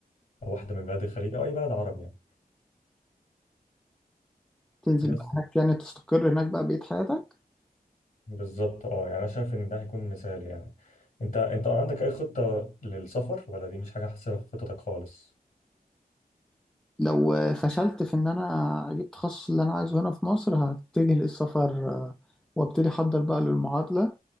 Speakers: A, on the left; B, in the centre.
A: او واحده من بلاد الخليج او اي بلد عربي يعني
B: تنزل
A: بس
B: بقى هناك يعني تستقر هناك بقى بقية حياتك
A: بالظبط اه يعني انا شايف ان ده هيكون مثال يعني انت انت عندك اي خطه للسفر ولا دي مش حاجه حاسبها في خطتك خالص
B: لو فشلت في إن أنا أجيب التخصص اللي أنا عايزه هنا في مصر هتجه للسفر آه، وأبتدي أحضر بقى للمعادلة